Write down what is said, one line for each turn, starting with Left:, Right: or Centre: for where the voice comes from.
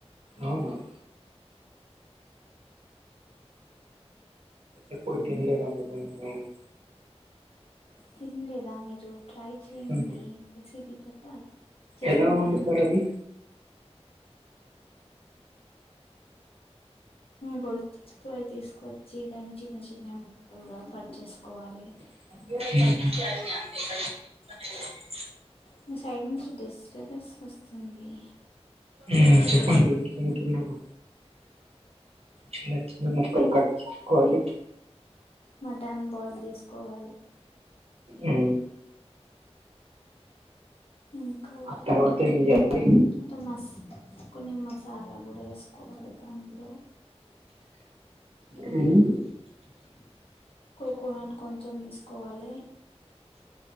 Right: అవున ఎప్పుడు తినలేదండి నేను
Left: తిన్లేదా మీరు ట్రై చేయండి
Right: హ్మ్.
Left: రెసిపీ చెప్పాలి చేసుకుంటారా
Right: ఎలా వండుతారు అది
Left: గోరు చిక్కుడు తీసుకొచ్చి దాన్ని చిన్న చిన్న ముక్కలుగా కట్ చేసుకోవాలి
Right: ఉమ్
Left: మీ సైడ్ నుంచి డిస్టబెన్స్ వస్తుంది
Right: ఉమ్ చెప్పండి వింటున్నాను చిన్న చిన్న ముక్కలు కట్ చేసుకోవాలి
Left: టన్ బాయిల్ చేసుకోవాలి
Right: ఉ
Left: ఇంక
Right: ఆ తర్వాత ఏం చేయాలి
Left: అంటే మస్ కొన్ని మసాలా కూడ వేసుకోవాలె దాంట్లో
Right: ఉయ్
Left: కొకొనట్ కొంచెం తీసుకోవాలి